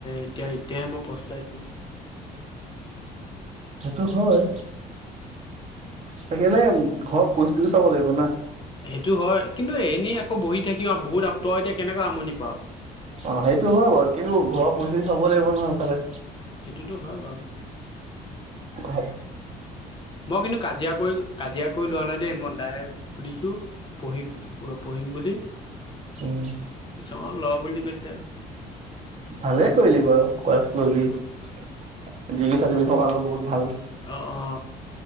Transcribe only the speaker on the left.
এতিয়া এতিয়াহে মই পস্তাইছো।
সেইটো হয়। কিন্তু এনেই আকৌ বহি থাকি বহুত, তই এতিয়া কেনেকৈ আমনি পাৱ।
সেইটোটো হয় বাৰু।
মই কিন্তু কাজিয়া কৰি, কাজিয়া কৈ লোৱা নাই দেই। মই দাইৰেক্ত সুধিছো পঢ়ি-পঢ়িম বুলি
কৈছে অ ল বুলি কৈছে।
অ অ।